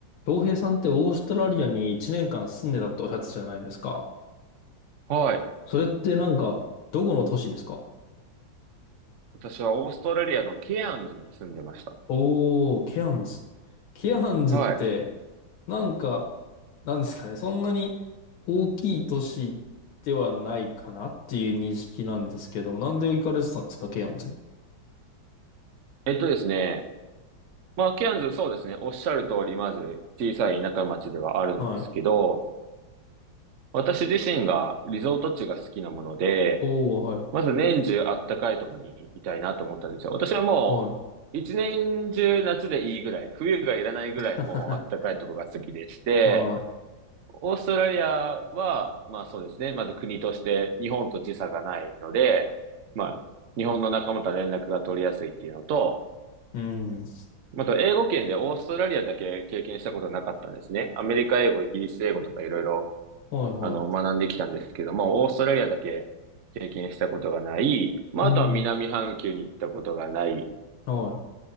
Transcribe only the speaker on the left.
洋平さんってオーストラリアに1年間住んでたっておっしゃってたじゃないですか。
それってなんか、どこの都市ですか
おー、ケアンズ。ケアンズって、
なんか、なんですかね、そんなに大きい都市ではないかなっていう認識なんですけど、なんで行かれてたんですか、ケアンズに。
はい。
おー、はい。
はい。
<laughs> は
い。うん。
はい、はい。
うん。はい。